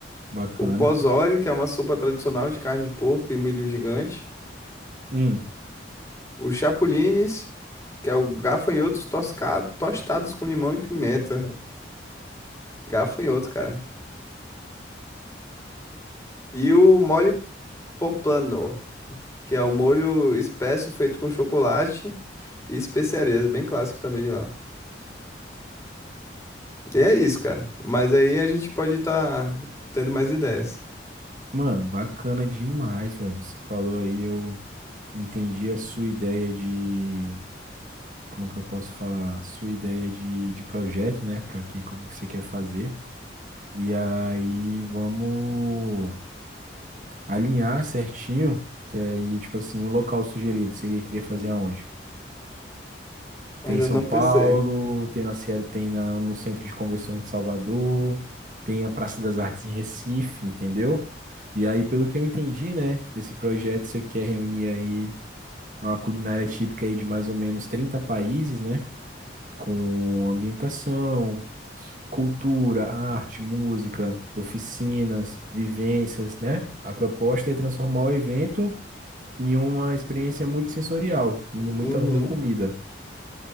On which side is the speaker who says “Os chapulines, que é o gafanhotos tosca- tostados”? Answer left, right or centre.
Left